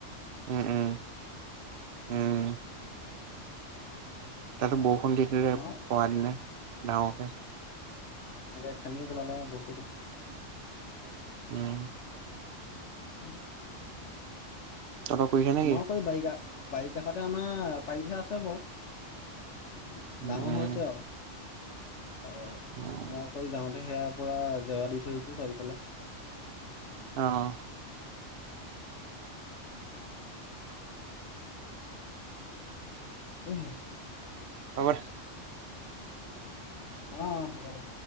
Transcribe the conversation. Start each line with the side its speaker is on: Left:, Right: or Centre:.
Right: উম, উম, উম। তাতে ব খুন্দি দিলে
Left: আমাৰ
Right: পৰা দিনাই ডাঙৰকে
Left: এনেকে খান্দিও পেলালে বস্তুটো
Right: উম।
Left: উম।
Right: তহঁতৰ কৰিছে নেকি
Left: আমাৰ সেই বাইগা বাৰি কাষতে আমাৰ পাৰি থোৱা আছে বাৰু উ,
Right: উম
Left: ডাঙৰ
Right: উম
Left: হৈছে আৰু এ
Right: উম
Left: ম কৈ যাওঁ হেয়াৰ পৰা জেৱৰা দি থৈ আহিছো চাৰিওফালে।
Right: অ',
Left: <inaudible>
Right: হ'ব দে।
Left: অ হ'ব দে।